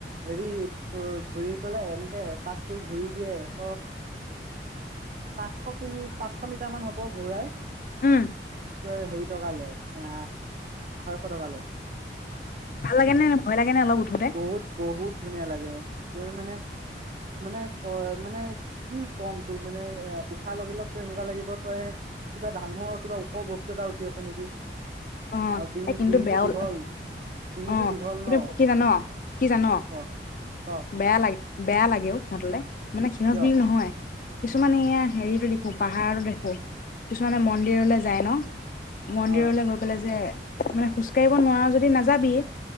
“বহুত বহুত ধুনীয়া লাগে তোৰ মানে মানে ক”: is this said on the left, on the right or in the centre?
Right